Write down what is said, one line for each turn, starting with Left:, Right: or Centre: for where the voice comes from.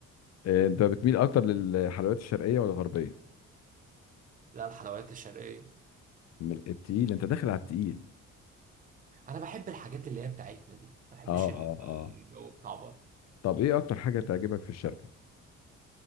Left: آه، انت بتميل اكتر للحلويات الشرقيه ولا الغربيه
Right: لا الحلويات الشرقيه
Left: من التقيل انت داخل على التقيل
Right: انا بحب الحاجات اللي هي بتاعتنا دي ما بحبش
Left: اه
Right: ال-
Left: اه
Right: الجو
Left: اه
Right: بتاع بره
Left: طب ايه اكتر حاجه تعجبك في الشرقي